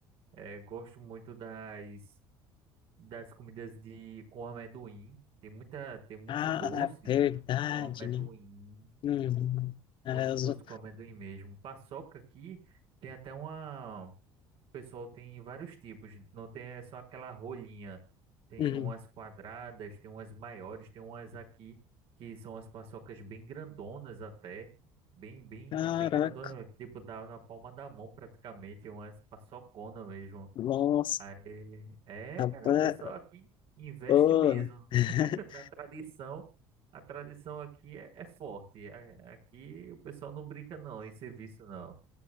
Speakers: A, on the right; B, on the left.
A: É, gosto muito das, das comidas de, com amendoim. Tem muita, tem muito
B: Ah,
A: doce
B: é verdade,
A: com amendoim.
B: né? Uhum. É,
A: Muito
B: os-
A: doce com amendoim mesmo. Paçoca aqui tem até uma pessoal tem vários tipos, não tem é só aquela rolinha. Tem
B: uhum.
A: umas quadradas, tem umas maiores, tem umas aqui que são as paçocas bem grandonas até, bem bem
B: Caraca,
A: bem grandonas, tipo dá na palma da mão praticamente, umas paçocona mesmo.
B: nossa,
A: Aí, é,
B: rapaz,
A: cara, o pessoal aqui investe
B: oh.
A: mesmo
B: <laughs>
A: <laughs> na tradição. A tradição aqui é, é forte. A- Aqui o pessoal não brinca não, em serviço não.